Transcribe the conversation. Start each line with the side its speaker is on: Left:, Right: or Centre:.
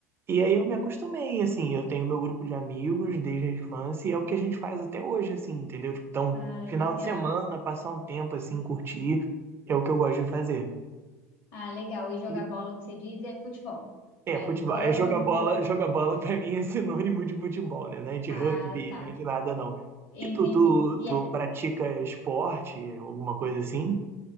Right: e aí eu me acostumei, assim, eu tenho meu grupo de amigos desde a infância e é o que a gente faz até hoje, assim, entendeu? Tipo, então,
Left: Ah,
Right: final
Left: legal.
Right: de semana, passar um tempo assim, curtir, é o que eu gosto de fazer.
Left: Ah, legal. E jogar
Right: E
Left: bola, o que você diz, é futebol.
Right: É,
Left: É
Right: futebol.
Left: no campo.
Right: É jogar bola, jogar bola pra mim é sinônimo de futebol, né? Não é de
Left: Ah,
Right: rugby,
Left: tá.
Right: não é de nada, não.
Left: Entendi.
Right: E tu, tu,
Left: E,
Right: tu
Left: é,
Right: pratica esporte, alguma coisa assim?